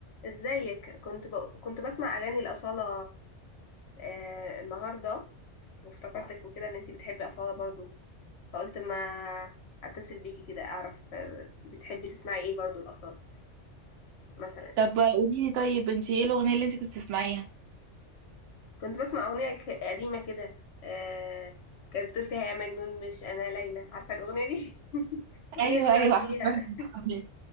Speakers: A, on the left; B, on the right.
A: ازيك كنت ب... كنت بسمع اغاني الاصاله آه النهارده وافتكرتك وكده ان انتي بتحبي اصاله برضو فقلت ما اتصل بيكي كده اعرف آه، بتحبي تسمعي ايه برضو الاصاله مثلا
B: طب قولي لي طيب انت ايه الاغنيه اللي انت كنت تسمعيها
A: كنت بسمع اغنيه ك- قديمه كده آه كانت بتقول فيها يا مجنون مش انا ليلى عارفه الاغنيه دي <laughs> الاغنيه
B: ايوه
A: دي بقى
B: ايوه
A: وليها
B: عارفه <laughs>